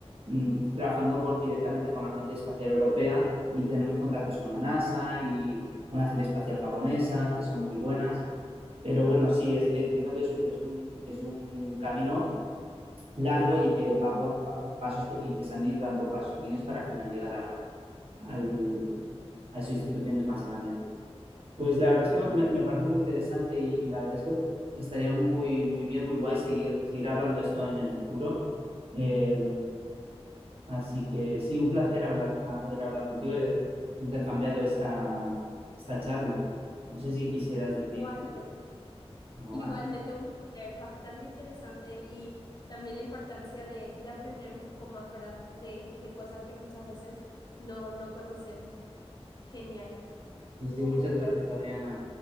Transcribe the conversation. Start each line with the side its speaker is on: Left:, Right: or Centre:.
Right: mmm, trabajando con, directamente con la Agencia Espacial Europea y tenemos contactos con la NASA y con la Agencia Espacial Japonesa, que son muy buenas. Pero bueno, sí, es, entiendo que es, es, un, es un camino largo y que va por pa- pasos y que se han de dando pasos pequeños para al final llegar a, al- a esas instituciones más grandes. Pues la verdad es que me, me parece muy interesante y la verdad es que estaría muy, muy bien, muy guay seguir, seguir hablando de esto en el futuro. Eh, así que sí, un placer hablar, haber hablado contigo y haber intercambiado esta, esta charla. No sé si quisieras decir
Left: Igualmente,
Right: algo
Left: igualmente
Right: más.
Left: un placer bastante interesante y también la importancia de, de aprender un poco más, ¿verdad? De, de cosas que muchas veces no, no conocemos. Genial,
Right: Y sí,
Left: un
Right: muchas
Left: gusto.
Right: gracias, Adriana.